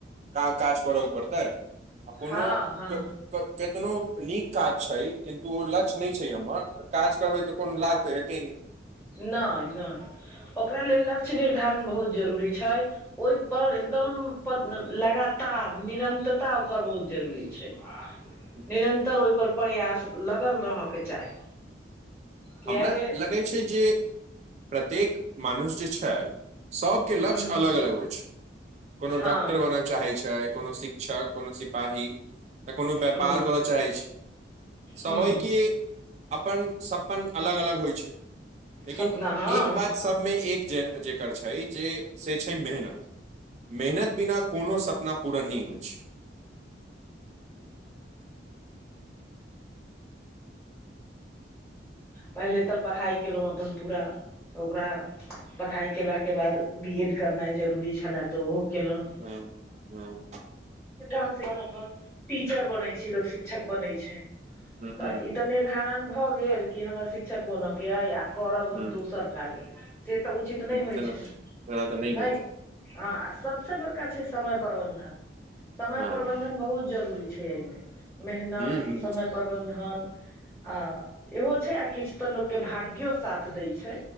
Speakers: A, on the right; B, in the centre.
A: का काज करऽ पड़तै आ कोनो
B: हँ हँ
A: क - क कतनो नीक काज छै किन्तु ओ लक्ष्य नय छै हम्मर काज करबै तऽ कोनो लाभ तऽ हेतै नै
B: नय नय ओकरा लेल लक्ष्य निर्धारण बहुत जरूरी छै ओयपर एकदम प लगातार निरन्तरता ओकर बहुत जरूरी छै
A: <inaudible>
B: निरन्तर ओयपर प्रयास लगल रहऽकऽ चाही किए
A: हमरा
B: जे
A: लगै छै जे प्रत्येक मनुष्य जे छै सबकऽ लक्ष्य
B: हँ
A: अलग अलग होइ छै कोनो
B: हँ
A: डॉक्टर बन चाहै छै कोनो शिक्षक कोनो सिपाही तऽ कोनो व्यापार
B: हँ
A: करय चाहैत छी सभहिके
B: हँ
A: अप्पन स अपन अलग अलग होइ छै लेकिन
B: सपना हँ
A: एक बात सबमे एक जे जेकर छै जे से छै मेहनत मेहनत बिना कोनो सपना पूरा नय होइ छै
B: पहिले तऽ पढ़ाइ कयलौं अपन पूरा तऽ ओकरा पढ़ाइ केलाके बाद बी एड करनाइ जरूरी छलै तऽ ओहो केलौं
A: हूं हूं
B: <unintelligible> से अप्पन टीचर बनै छै लोक शिक्षक बनै छै
A: हँ
B: तऽ ई तऽ निर्धारण भऽ गेल कि हमरा शिक्षक बनय के अइ आ करब
A: हँ
B: हम दोसर काज से तऽ उचित नहि होइ
A: तेना
B: छै
A: तेना तऽ होइ
B: नहि हँ आ सबसे बड़का छै समय प्रबन्धन समय
A: छै हँ
B: प्रबन्धन बहुत जरूरी छै एयमे मेहनत
A: हूँ हूँ
B: समय प्रबन्धन आ इहो छै आ किछ तऽ लोकके भाग्यो साथ दै छै